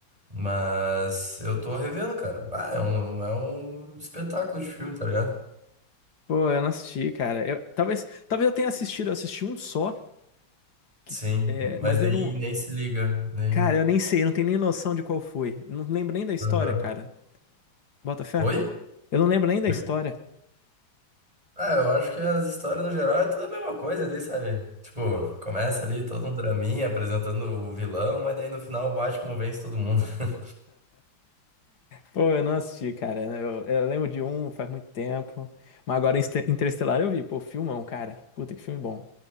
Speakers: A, on the right (about 15°); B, on the left (about 55°).
A: Mas eu tô revendo, cara. Bah, é um, é um espetáculo de filme, tá ligado?
B: Pô, eu não assisti, cara. Eu, talvez, talvez eu tenha assistido, eu assisti um só, que,
A: Sim,
B: é,
A: mas
B: mas
A: nem,
B: eu não.
A: nem se liga, nem.
B: Cara, eu nem sei, eu não tenho nem noção de qual foi. Não lembro nem da história,
A: Aham.
B: cara. Bota fé?
A: Oi?
B: Eu não lembro nem da
A: Oi?
B: história.
A: Ah, eu acho que as histórias no geral é tudo a mesma coisa ali, sabe? Tipo, começa ali todo um draminha apresentando o vilão, mas daí no final o Batman vence todo mundo. <laughs>
B: Pô, eu não assisti, cara. Eu, eu lembro de um faz muito tempo. Mas agora Inste- Interestelar eu vi. Pô, filmão, cara. Puta que filme bom.